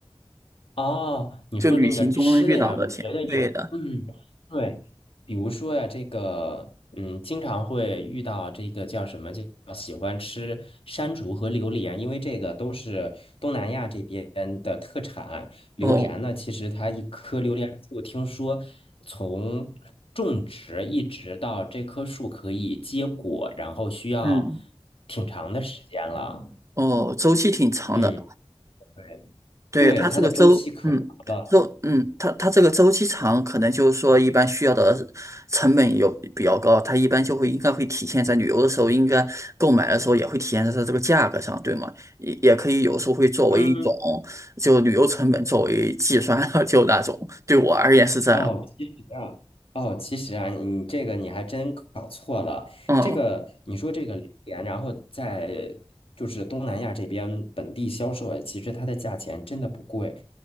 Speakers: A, on the left (about 60°); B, on the right (about 30°).
A: 哦，你说那个吃的呀，
B: 就旅行中遇到的钱，
A: 我觉得有，
B: 对的，
A: 嗯，对，比如说呀，这个，嗯，经常会遇到这个叫什么，就喜欢吃山竹和榴莲，因为这个都是东南亚这边的特产。榴莲呢，
B: 哦，
A: 其实它一棵榴莲树，听说从种植一直到这棵树可以结果，然后需要
B: 嗯，
A: 挺长的时间了。
B: 哦，周期挺长的，
A: 嗯，对，
B: 对，
A: 对，
B: 它这个周，
A: 它的周期可长了。
B: 嗯，周，嗯，它它这个周期长，可能就是说一般需要的成本有比较高，它一般就会应该会体现在旅游的时候，应该购买的时候也会体现在它这个价格上，对吗？也也可以有时候会作为一种
A: 嗯。
B: 就旅游成本作为计算，<laughs> 就那种，对我而言是这样，
A: 哦，其实啊，哦，其实啊，你这个你还真搞错了。
B: 嗯
A: 这个你说这个榴莲，然后在就是东南亚这边本地销售，哎，其实它的价钱真的不贵。